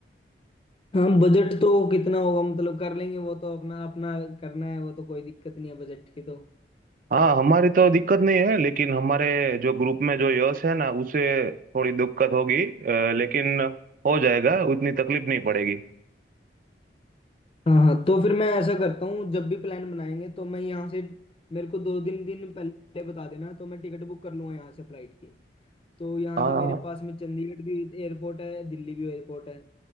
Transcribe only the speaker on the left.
हम बजट तो कितना होगा मतलब कर लेंगे वो तो अपना अपना करना है वो तो कोई दिक्कत नहीं है बजट की तो
हाँ हाँ तो फिर मैं ऐसा करता हूँ जब भी प्लान बनाएंगे तो मैं यहाँ से मेरे को दो दिन दिन पहले बता देना तो मैं टिकट बुक कर लूँगा यहाँ से फ्लाइट की तो यहाँ
से मेरे पास में चंडीगढ़ भी एयरपोर्ट है दिल्ली भी एयरपोर्ट है